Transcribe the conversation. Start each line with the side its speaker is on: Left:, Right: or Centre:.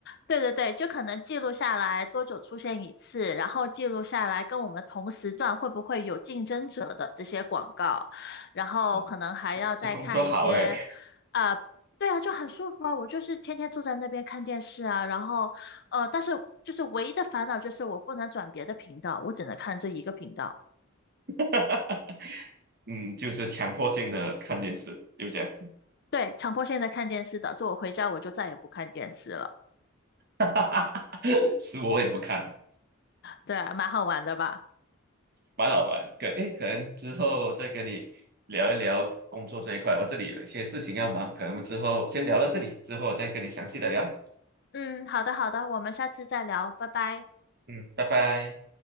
Left: 对对对，就可能记录下来多久出现一次，然后记录下来跟我们同时段会不会有竞争者的这些广告，然后可能还要再看一些，
Right: 哇，这工作好哎。
Left: 啊、对啊，就很舒服啊。我就是天天坐在那边看电视啊，然后呃，但是就是唯一的烦恼就是我不能转别的频道，我只能看这一个频道。
Right: <laughs> 嗯，就是强迫性的看电视，就这样，
Left: 对，强迫现在看电视，导致我回家我就再也不看电视了。
Right: <laughs> 是我也不看。
Left: 对啊，蛮好玩的吧？
Right: 蛮好玩。可诶，可能之后再跟你聊一聊工作这一块，我这里有一些事情要忙，可能之后先聊到这里，之后再跟你详细的聊。
Left: 嗯，好的好的，我们下次再聊，拜拜。
Right: 嗯，拜拜。